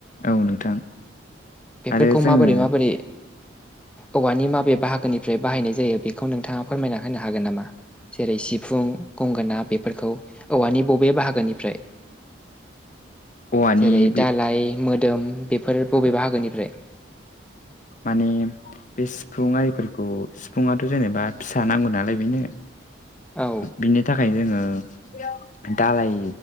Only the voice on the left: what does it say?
औ नोंथां
आरो जोङो
औवानि
बे
माने बे सिफुं आरिफोरखौ सिफुाथ' जेनेबा फिसा नांगौ नालाय ओ बिनो
बिनि थाखायनो जोङो दालाय